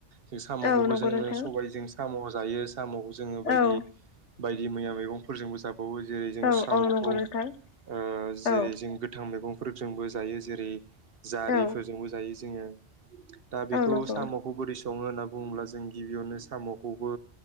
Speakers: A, on the right; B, on the left.
A: जों साम'खौबो
B: औ नंगौ
A: जोङो
B: नोंथां
A: सबायजों साम' जायो। साम'खौ जोङो बायदि-बायदि
B: औ
A: मैया मेगंफोरजोंबो जाब- वो जेरै- जों
B: औ
A: साम'खौ
B: औ नंगौ नोंथां
A: ओ जेरै-
B: औ
A: जों गोथां मेगंफोरजोंबो जायो जेरै- जारिफोरजोंबो
B: औ
A: जायो जोङो । दा बेखौ
B: औ नंगौ
A: साम'खौ बोरै सङो होनना बुङोब्ला जों गिबियावनो साम'खौबो